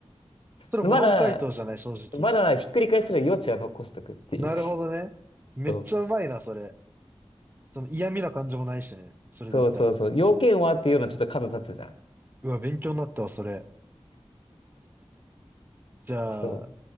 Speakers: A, on the right; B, on the left.
A: それ模範解答じゃない、
B: まだ、
A: 正直。
B: まだひっくり返せる余地は残しとくっていう。
A: なるほどね。めっちゃうまいな、
B: そう。
A: それ。その嫌味な感じもないしね。それだったら。
B: そうそうそうそう。要件はっていうのはちょっと角立つじゃん。
A: うわ、勉強になったわ、それ。じゃあ、
B: そ